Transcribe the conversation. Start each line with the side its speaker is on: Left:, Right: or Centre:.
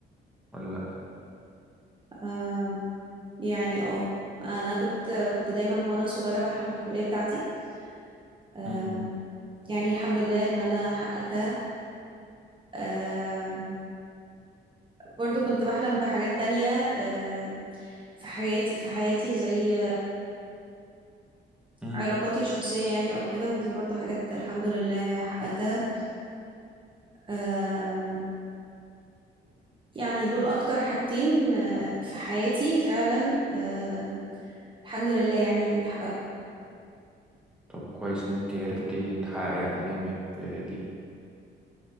Centre: ولا لا
Right: آم، يعني اه انا كنت كنت دايما وانا صغيره بحلم بالكليه بتاعتي آم،
Centre: مم.
Right: يعني الحمد لله ان انا حققتها آم، برضو كنت بحلم بحاجات تانية آم، في حياتي في حياتي زي
Centre: مم.
Right: علاقاتي الشخصيه يعني او كده ودي برضو حاجات الحمد لله حققتها آم، يعني دول اكتر حاجتين آه، في حياتي فعلا آم، الحمد لله يعني اتحققوا
Centre: طب كويس ان انت عرفتي تحققي احلامك آه، دي